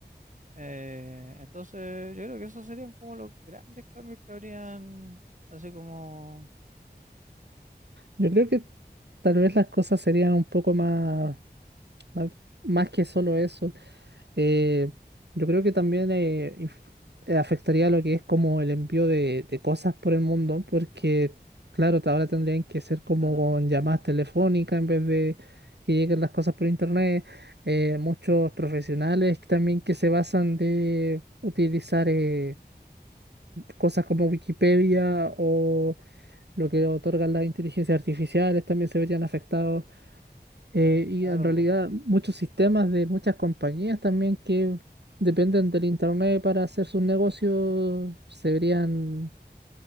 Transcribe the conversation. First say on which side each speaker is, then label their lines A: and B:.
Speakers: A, on the right (about 45°); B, on the right (about 80°).
A: Eh, entonces, yo creo que esos serían como los grandes cambios que habrían, así como...
B: Yo creo que tal vez las cosas serían un poco más... Más, más que solo eso. eh, yo creo que también eh, inf- eh, afectaría lo que es como el envío de, de cosas por el mundo, porque claro, ahora tendrían que ser como
A: Ah, también.
B: con llamadas telefónicas en vez de que lleguen las cosas por internet. Eh, muchos profesionales también que se basan de utilizar eh, cosas como Wikipedia o lo que otorgan las inteligencias artificiales también se verían afectados. Eh, y
A: Claro,
B: en realidad
A: po,
B: muchos sistemas de muchas compañías también que dependen del Internet para hacer sus negocios se verían